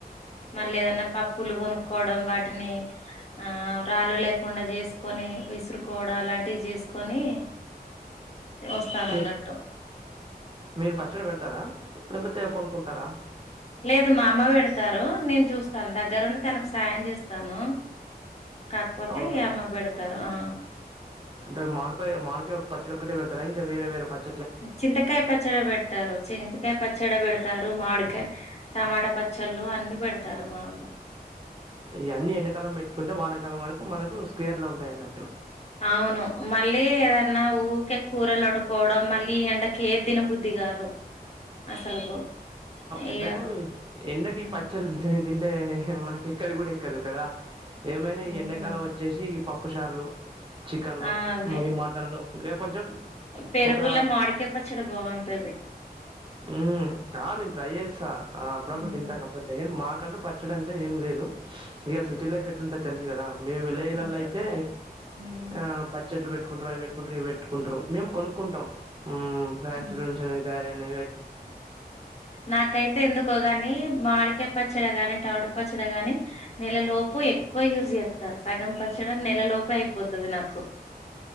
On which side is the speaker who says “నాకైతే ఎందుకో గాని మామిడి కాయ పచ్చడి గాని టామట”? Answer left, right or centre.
Left